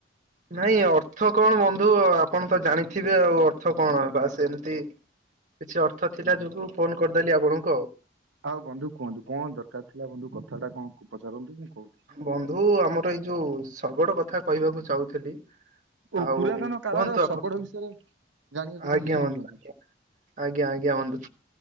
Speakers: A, on the right; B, on the right.
A: ନାଇଁ ଅର୍ଥ କଣ ବନ୍ଧୁ ଆପଣ ତ ଜାଣିଥିବେ ଆଉ ଅର୍ଥ କଣ ବାସ୍ ଏମିତି। କିଛି ଅର୍ଥ ଥିଲା
B: ଓହୋ
A: ଯୋଗୁ ଫୋନ କରିଦେଲି ଆପଣଙ୍କୁ ଆଉ।
B: ଆଉ ବନ୍ଧୁ କୁହନ୍ତୁ କଣ ଦରକାର ଥିଲା ବନ୍ଧୁ କଥାଟା କଣ ପଚାରନ୍ତୁ ମୁଁ କହୁଛି।
A: ବନ୍ଧୁ ଆମର ଏଇ ଯୋଉ ଶଗଡ କଥା କହିବାକୁ ଚାହୁଁ ଥିଲି।
B: ଓ
A: ଆଉ
B: ପୁରାତନ କାଳର
A: କୁହନ୍ତୁ ଆପଣ
B: ଶଗଡ ବିଷୟରେ ଜାଣିବାକୁ
A: ଆଜ୍ଞା
B: ଚାହୁଁଛନ୍ତି।
A: ବନ୍ଧୁ ହଁ ଆଜ୍ଞା ବନ୍ଧୁ। ଆଜ୍ଞା ଆଜ୍ଞା ବନ୍ଧୁ।